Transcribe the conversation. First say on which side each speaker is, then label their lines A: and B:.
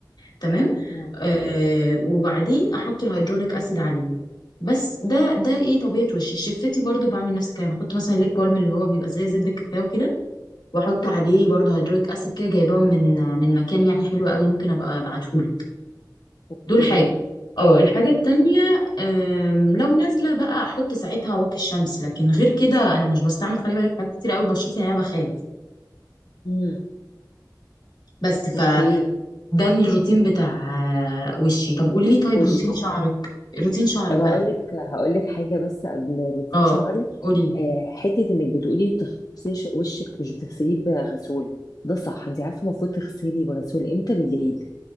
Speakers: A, on the left; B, on the left.
A: تمام
B: مم.
A: آه وبعدين احط الهيدروليك اسيد عليه بس ده ده ايه طبيعه وشي شفتي برضو بعمل نفس الكلام بحط مثلا ليب بالم اللي هو بيبقى زي زبده الكاكاو كده واحط عليه برضو هيدروليك اسيد كده جايباهم من من مكان يعني حلو قوي ممكن ابقى ابعتهولك
B: اوكي
A: دول حاجه اه الحاجه التانية أم، لو نازله بقى احط ساعتها واقي الشمس لكن غير كده انا مش بستعمل خلي بالك حاجات كتير قوي بشرتي يعني انا بخاف
B: مم.
A: بس
B: اوكي
A: فده الروتين بتاع آه، وشي طب قولي لي طيب
B: والشامبو
A: روتين شعرك روتين شعرك
B: طب
A: بقى
B: هقول لك هقول لك حاجه بس قبل روتين
A: اه
B: شعري
A: قولي لي.
B: آه، حته انك بتقولي بتغسلي ش- وشك مش بتغسليه بغسول ده صح انت عارفه المفروض تغسلي بغسول امتى بالليل